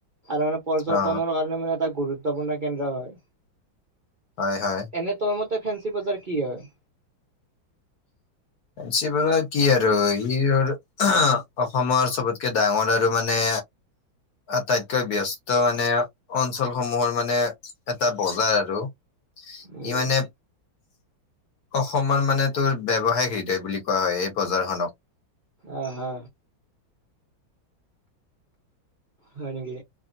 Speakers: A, on the right; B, on the left.
A: আৰু মানে পৰ্যটনৰ
B: অ
A: কাৰণে মানে এটা গুৰুত্বপূৰ্ণ কেন্দ্ৰ হয়।
B: হয় হয়।
A: এনে তোৰমতে ফেন্সি বজাৰ কি হয়?
B: চিভিলাৰ কি আৰু, ই আৰু অসমৰ চবতকে ডাঙৰ আৰু মানে আটাইতকৈ ব্যস্ত মানে, অঞ্চলসমূহৰ মানে এটা বজাৰ আৰু ই
A: উম
B: মানে, অসমৰ মানে তোৰ ব্যৱসায়িক হেৰি সেই বুলি কোৱা হয়, এই বজাৰখনক
A: অহ, হা হয় নেকি